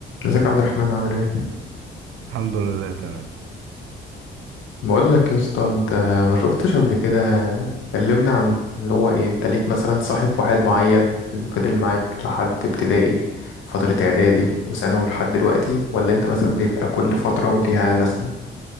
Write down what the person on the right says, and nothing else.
الحمد لله تمام